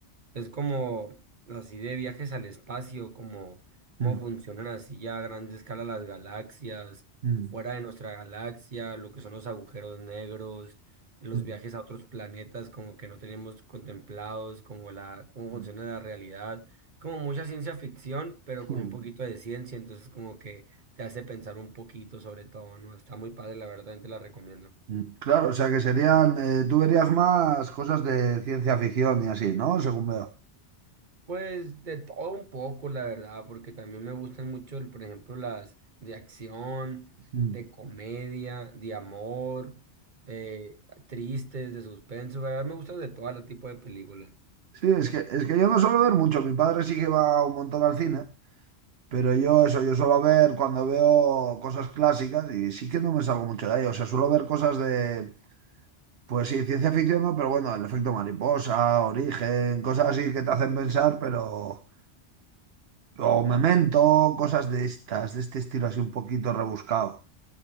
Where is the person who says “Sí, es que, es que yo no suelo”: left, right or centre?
Right